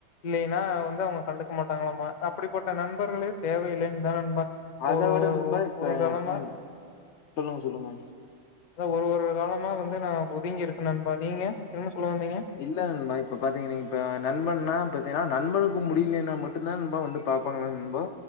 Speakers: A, on the left; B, on the left.
A: இல்லைன்னா வந்து அவங்க கண்டுக்க மாட்டாங்களாமா அப்படிப்பட்ட நண்பர்களே தேவையில்லைன்னு தான் நண்பா
B: அத
A: ஒரு
B: உட
A: ஒ
B: தான் இப்ப
A: ஒரு காலமா
B: உம் சொல்லுங்க சொல்லுங்க
A: அத ஒரு ஒரு காலமா வந்து நான் ஒதுங்கி இருக்கனேன்பா நீங்க என்ன சொல்ல வந்தீங்க
B: இல்ல நண்பா இப்ப பாத்தீங்கன்னீங்க இப்ப நண்பன்னா பாத்தீங்கன்னா நண்பனுக்கு முடியலன்னா மட்டும் தான் ரொம்ப வந்து பார்ப்பாங்களா நபா